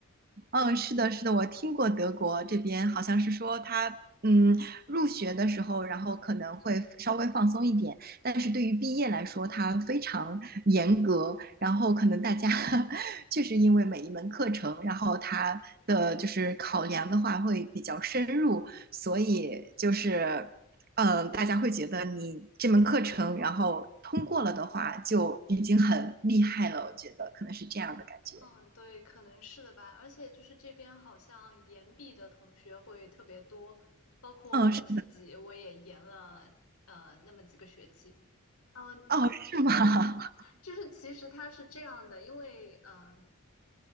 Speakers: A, on the right; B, on the left.
A: 嗯，是的，是的，我听过德国这边好像是说他，嗯，入学的时候，然后可能会稍微放松一点，但是对于毕业来说，它非常严格，然后可能大家 <laughs> 确实因为每一门课程，然后它的就是考量的话会比较深入，所以就是。嗯，大家会觉得你这门课程，然后通过了的话，就已经很厉害了。我觉得可能是这样的感觉。
B: 嗯，对，可能是的吧。而且就是这边好像延毕的同学会特别多，包括我自己，
A: 嗯，是
B: 我也延了呃那么几个学期。嗯，
A: 哦，是吗？<laughs>
B: 就是其实它是这样的，因为嗯，